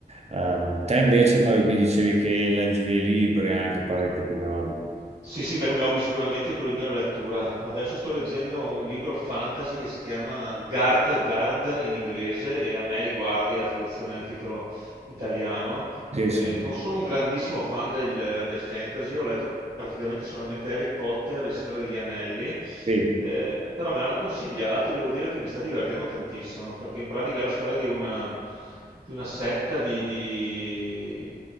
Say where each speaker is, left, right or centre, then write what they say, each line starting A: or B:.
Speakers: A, on the right; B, on the right.
A: Ehm, te invece ma mi dicevi che leggi dei libri anche parecchio come hobby.
B: Sì, sì, beh, come hobby sicuramente quello mio è la lettura. Adesso sto leggendo un libro fantasy che si chiama Guard, Guard in inglese e A me le guardie è la traduzione del titolo italiano.
A: Sì,
B: Eh,
A: sì,
B: non sono un grandissimo fan del, del fantasy, ho letto praticamente solamente Harry Potter e Il Signore degli Anelli,
A: sì.
B: eh, però me l'hanno consigliato e devo dire che mi sta divertendo tantissimo, perché in pratica è la storia di una, di una setta di di-